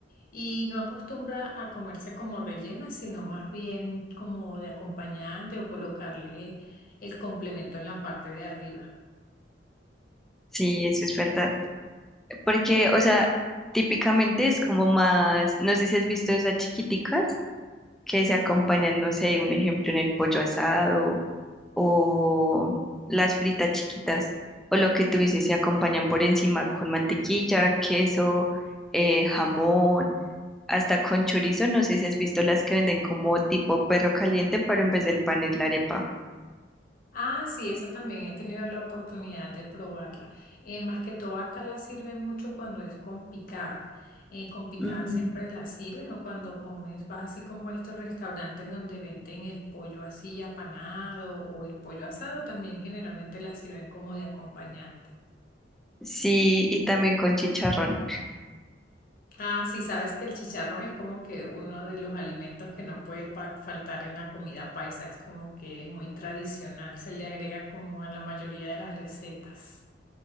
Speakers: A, on the left (about 50°); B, in the centre.
A: y no acostumbra a comerse como rellena, sino más bien como de acompañante o colocarle el complemento en la parte de arriba.
B: Sí, eso es verdad. Porque, o sea, típicamente es como más, no sé si has visto esas chiquiticas que se acompañan, no sé, un ejemplo en el pollo asado o las fritas chiquitas o lo que tú dices, se acompañan por encima con mantequilla, queso, eh, jamón, hasta con chorizo. No sé si has visto las que venden como tipo perro caliente, pero en vez del pan es la arepa.
A: Ah, sí, esa también he tenido la oportunidad de probarla. Eh, más que todo acá la sirven mucho cuando es con picada. Eh, con picada
B: Mm,
A: siempre la sirven o cuando comes, vas así como a estos restaurantes donde venden el pollo así apanado o el pollo asado, también generalmente la sirven como de acompañante.
B: Sí, y también con chicharrón.
A: Ah, sí, sabes que el chicharrón es como que uno de los alimentos que no puede pa- faltar en la comida paisa, es como que muy tradicional, se le agrega como a la mayoría de las recetas.